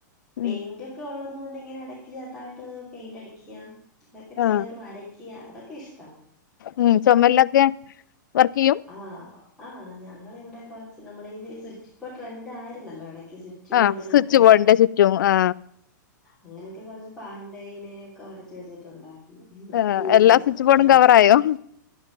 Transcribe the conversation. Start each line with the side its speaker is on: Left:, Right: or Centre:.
Left: ഉം
Centre: പെയിന്റ് ക്കെ ഉള്ളതു കൊണ്ട് ഇങ്ങെ എടക്ക് ചെുതായിട്ട് പെയിന്റ് അടിക്കുക അതൊക്കെ ചെറുതായിട്ട്
Left: ആ
Centre: വരയ്ക്ക ക്കി അതക്കേ ഇഷ്ട
Left: ഉം ചുമലിലൊക്കെ വർക്ക് ചെയ്യും
Centre: ആ ആ ഞങ്ങളിവിടെ കുറച്ച് നമ്മുടെ സ്വിച്ച് ഇപ്പ ട്രെൻഡ് ആയിരുന്നല്ലോ ഇടക്ക് സ്വി ച്ച് ബോർഡിനകത്ത്
Left: ആ സ്വിച്ച് ബോർഡിന്റെ ചുറ്റും ആ
Centre: അങ്ങനെയൊക്കെ കുറച്ച് പാണ്ടേനെ ഒക്കെ വരച്ച് വെച്ചിട്ടുണ്ടായിരുന്നു
Left: ആ
Centre: പോവോക്ക
Left: എല്ലാ സ്വിച്ച് ബോർഡും
Centre: ഉം
Left: കവറായോ